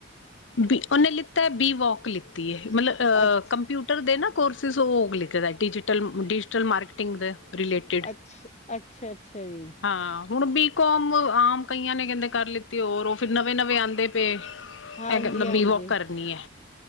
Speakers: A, on the left (about 75°); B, on the left (about 35°).
A: ਬੀ ਓਨੇਲਿੱਤਾ ਬੀ ਵੋਕ ਲਿੱਤੀ ਏ ਮਤਲਬ ਆ
B: ਅੱਛਾ
A: ਕੰਪਿਊ ਟਰ ਦੇ ਨਾ ਕੋਰਸਿਸ ਓ ਲਿਖਦਾ ਡਿਜਟਲ ਡਿਜਟਲ ਮਾਰਕੀਟਿੰਗ ਦੇ। ਰਿਲੇਟਿਡ
B: ਅੱਛ, ਅੱਛਾ-ਅੱਛਾ ਜੀ।
A: ਹਾਂ ਹੁਣ ਬੀ ਕੋਮ ਆਮ ਕਈਆਂ ਨੇ ਕਹਿੰਦੇ ਕਰ ਲਿੱਤੀ ਹੋਰ ਓ ਫਿਰ ਨਵੇਂ-ਨਵੇਂ ਆਂਦੇ ਪੇ। ਏ
B: ਹਾਂਜੀ
A: ਕ ਮਤਲਬ
B: ਹਾਂਜੀ
A: ਬੀ ਕੋਮ ਕਰਨੀ ਐ।